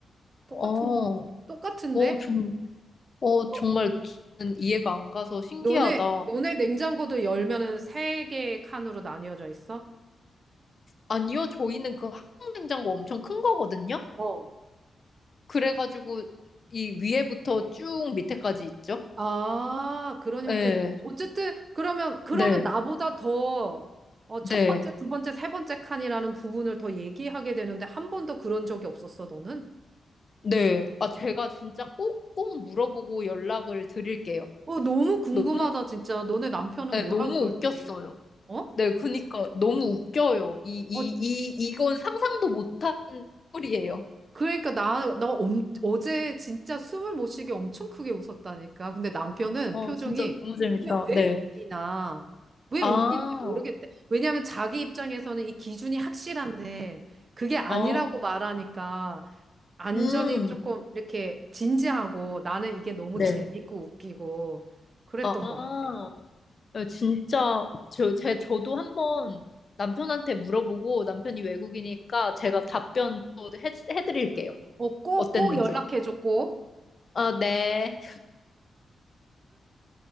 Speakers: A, on the right; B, on the left.
A: 똑같은
B: 어,
A: 거 똑같은데?
B: 어, 좀, 어,
A: 어,
B: 정말 저는 이해가 안 가서 신기하다.
A: 너네, 너네 냉장고도 열면은 세 개의 칸으로 나뉘어져 있어?
B: 아니요, 저희는 그 항공 냉장고 엄청 큰 거거든요.
A: 어.
B: 그래가지고 이 위에부터 쭉 밑에까지 있죠.
A: 아, 그런 형태.
B: 네,
A: 어쨌든, 그러면, 그러면
B: 네,
A: 나보다 더, 어,
B: 네,
A: 첫 번째, 두 번째, 세 번째 칸이라는 부분을 더 얘기하게 되는데, 한 번도 그런 적이 없었어, 너는?
B: 네. 아, 제가 진짜 꼭꼭 물어보고 연락을 드릴게요.
A: 어, 너무 궁금하다,
B: 너무,
A: 진짜. 너네 남편은
B: 네,
A: 뭐라
B: 너무
A: 그럴지.
B: 웃겼어요.
A: 어?
B: 네, 그니까 너무 웃겨요. 이, 이,
A: 어,
B: 이, 이건 상상도 못한 소리예요.
A: 그러니까 나, 나 엄, 어제 진짜 숨을 못 쉬게 엄청 크게 웃었다니까. 근데 남편은
B: 어,
A: 표정이
B: 진짜 너무 재밌다.
A: 이게 왜
B: 네.
A: 웃기나, 왜
B: 아,
A: 웃긴지 모르겠대. 왜냐하면 자기 입장에서는 이 기준이 확실한데 그게 아니라고
B: 어,
A: 말하니까 안전이
B: 음,
A: 조금 이렇게 진지하고 나는 이게 너무
B: 네.
A: 재밌고 웃기고 그랬던
B: 아.
A: 것 같아.
B: 예, 진짜 저, 제, 저도 한번 남편한테 물어보고 남편이 외국이니까 제가 답변 또 해, 해드릴게요.
A: 어, 꼭,
B: 어땠는지.
A: 꼭 연락해줘, 꼭.
B: 아, 네.